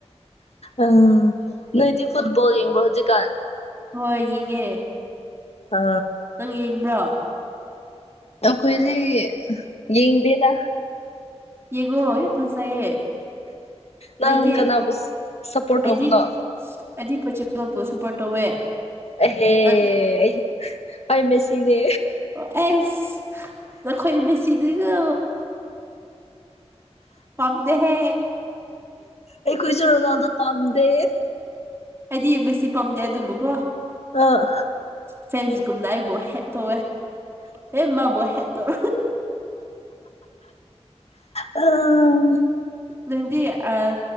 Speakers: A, on the left; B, on the right.
A: ꯑ ꯅꯣꯏꯗꯤ ꯐꯨꯠꯕꯣꯜ ꯌꯦꯡꯕꯔ꯭ꯑꯣ ꯍꯨꯖꯤꯛꯀꯥꯟ
B: ꯍꯣꯏ ꯌꯦꯡꯉꯦ
A: ꯑ
B: ꯅꯪ ꯌꯦꯡꯕ꯭ꯔꯥ
A: ꯑꯩꯈꯣꯏꯗꯤ ꯌꯦꯡꯗꯦꯗ
B: ꯌꯦꯡꯉꯣ ꯌꯥꯝ ꯐꯖꯩꯌꯦ
A: ꯅꯪ
B: ꯅꯣꯢꯗꯤ
A: ꯀꯅꯥꯕꯨ ꯁꯞꯄꯣꯔꯠ
B: ꯑꯩꯗꯤ
A: ꯇꯧꯕꯅꯣ
B: ꯑꯩꯗꯤ ꯄꯣꯆꯨꯒꯜꯕꯨ ꯁꯄꯣꯔꯠ ꯇꯧꯋꯦ
A: ꯑꯍꯦ
B: ꯅꯪ
A: ꯑꯩ ꯑꯩ ꯃꯦꯁꯤꯅꯦ
B: ꯑꯦꯁ ꯅꯈꯣꯏ ꯃꯦꯁꯤꯗꯤꯅꯥ ꯄꯥꯝꯗꯦꯍꯦ
A: ꯑꯩꯈꯣꯏꯁꯨ ꯔꯣꯅꯥꯜꯗꯣ ꯄꯥꯝꯗꯦ
B: ꯁꯤ ꯃꯦꯁꯤ ꯄꯥꯝꯗꯦ ꯑꯗꯨꯝꯕꯀꯣ
A: ꯑꯥ
B: ꯐ꯭ꯔꯦꯟꯁꯒꯨꯝꯅ ꯑꯩꯕꯨ ꯍꯦꯠ ꯇꯧꯋꯦ ꯑꯦ ꯃꯥꯕꯣ ꯍꯦꯠꯇꯧ
A: ꯎꯝ
B: ꯅꯪꯗꯤ ꯑ